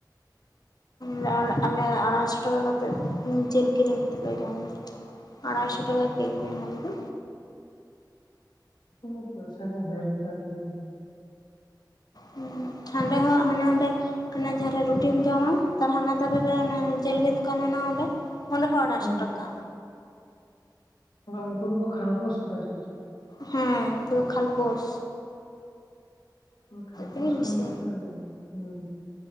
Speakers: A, on the left; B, on the left.
A: ᱦᱩᱸ ᱟ ᱟᱞᱮ ᱟᱲᱟᱭᱥᱚ ᱴᱟᱠᱟ ᱠᱟᱛᱮᱫ ᱡᱤᱞ ᱠᱤᱨᱤᱧ ᱠᱟᱛᱮᱫ ᱞᱮ ᱡᱚᱢ ᱜᱮᱭᱟ᱾ ᱟᱲᱟᱭᱥᱚ ᱴᱟᱠᱟ ᱠᱮᱡᱤ, ᱮᱢ ᱫᱚ
B: ᱟᱯᱮ ᱫᱚ ᱯᱚᱭᱥᱟ ᱠᱚ ᱵᱷᱮᱨ ᱜᱮᱛᱟ ᱯᱮᱭᱟ᱾
A: ᱦᱩᱸ ᱦᱟᱸᱰᱮ ᱦᱚᱸ ᱦᱟᱸᱱᱮ ᱦᱟᱸᱰᱮ ᱦᱟᱱᱮ ᱡᱟᱦᱟᱸ ᱨᱮ ᱨᱩᱴᱤᱧ ᱡᱚᱢᱟ ᱛᱟᱨ ᱦᱟᱱᱟ ᱫᱷᱟᱨᱮ ᱨᱮ ᱚᱱᱮ ᱡᱮᱞ ᱜᱮᱫ ᱫᱚᱠᱟᱱ ᱢᱮᱱᱟᱜ-ᱟ ᱚᱸᱰᱮ, ᱚᱸᱰᱮ ᱦᱚᱸ ᱟᱰᱦᱟᱭᱥᱚ
B: ᱦᱩᱸ
A: ᱴᱟᱠᱟ᱾
B: ᱛᱟᱦᱚᱞᱮ ᱩᱱᱠᱩ ᱫᱩᱠᱩ ᱠᱷᱟᱨᱞᱯᱳᱥ ᱠᱚᱣᱟ ᱪᱮᱫ ᱪᱚᱝ?
A: ᱦᱮᱸ ᱩᱱᱠᱩ ᱫᱚ ᱠᱷᱟᱞ ᱯᱳᱥ᱾
B: ᱚᱱᱟ ᱠᱷᱟᱞ ᱯᱚᱥ
A: ᱛᱮᱜᱮ
B: ᱠᱷᱟᱱ
A: ᱵᱮᱥᱤ
B: ᱛᱚ ᱦᱩᱸ